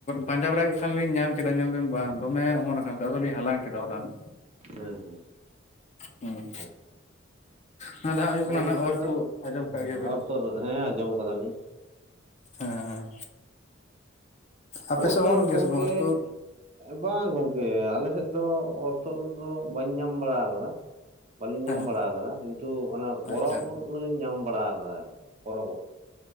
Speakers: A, on the left; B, on the right.
A: ᱯᱟᱸᱡᱟ ᱵᱟᱲᱟ ᱠᱮᱫ ᱠᱷᱟᱱ ᱞᱤᱧ ᱧᱟᱢ ᱠᱮᱫᱟ, ᱧᱮᱞ ᱫᱟᱞᱤᱧ ᱵᱟᱝ ᱫᱚᱢᱮ ᱚᱢᱚᱱ ᱟᱠᱟᱱᱛᱮ ᱟᱫᱚ ᱞᱤᱧ ᱦᱟᱞᱟᱝ ᱠᱮᱫᱟ ᱦᱚᱞᱟᱱᱚᱜ᱾
B: ᱦᱮᱸ ᱦᱮᱸ
A: ᱦᱩᱸ᱾
B: ᱟᱪᱪᱷᱟ
A: ᱚᱱᱟ ᱫᱚ ᱦᱟᱸᱜ ᱦᱩᱭᱩᱜ
B: ᱟᱫᱚ
A: ᱠᱟᱱᱟ ᱱᱚᱣᱟ
B: ᱱᱮᱛᱟᱨ
A: ᱚᱨᱛᱩᱜ
B: ᱫᱚ
A: ᱩᱫ ᱟᱸᱡᱚᱢ
B: ᱦᱮᱸ
A: ᱠᱟᱜ ᱜᱮᱭᱟᱵᱤᱱ᱾
B: ᱚᱨ ᱦᱮᱸ ᱟᱸᱡᱚᱢ ᱠᱟᱫᱟᱞᱤᱧ᱾
A: ᱦᱮᱸ ᱦᱮᱸ᱾ ᱟᱯᱮ
B: ᱳᱫ
A: ᱥᱮᱫ
B: ᱫᱚ
A: ᱚᱢᱚᱱᱚᱜ ᱜᱮᱭᱟ
B: ᱜᱚᱝᱠᱮ᱾
A: ᱥᱮ ᱵᱟᱝ ᱩᱨᱛᱩᱫ
B: ᱵᱟᱝ ᱜᱚᱝᱠᱮ ᱟᱞᱮ ᱥᱮᱫ ᱫᱚ ᱚᱨᱛᱳᱫ ᱳᱫ ᱫᱚ ᱵᱟᱹᱧ ᱧᱟᱢ ᱵᱟᱲᱟ ᱟᱠᱟᱫᱟ᱾ ᱵᱟᱹᱞᱤᱧ ᱧᱟᱢ
A: ᱦᱮᱸ
B: ᱵᱟᱲᱟ ᱟᱠᱟᱫᱟ ᱠᱤᱱᱛᱩ ᱚᱱᱟ ᱯᱚᱨᱚᱵ
A: ᱟᱪᱪᱷᱟ
B: ᱳᱫ ᱫᱚᱞᱤᱧ ᱧᱟᱢ ᱵᱟᱲᱟ ᱟᱠᱟᱫᱟ ᱟᱨᱠᱤ ᱯᱚᱨᱚᱵᱽ ᱳᱫ᱾